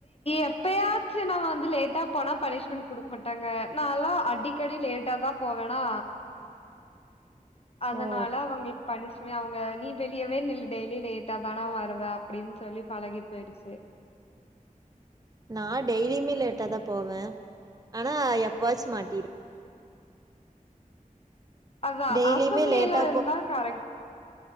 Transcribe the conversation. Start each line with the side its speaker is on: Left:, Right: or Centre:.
Left: எப்பயாச்சுனா வந்து லேட்டா போனா பனிஷ்மென்ட் குடுக்க மாட்டாங்க நால்லா அடிக்கடி லேட்டாதா போவனா அதனால
Right: ஓ
Left: அவங்களுக்கு பனிஷ் ச்சுமே அவங்க நீ வெளியவே நில்லு டெய்லி லேட்டாதான வருவ அப்டின் சொல்லி பழகி போயிடுச்சு
Right: நா டெய்லியுமே லேட்டாதா போவ ஆனா எப்பாச்சு மாட்டிரு
Left: அதா
Right: டெய்லியுமே
Left: அசம்பளியெல்லா
Right: லேட்டா
Left: இருந்தா கரெக்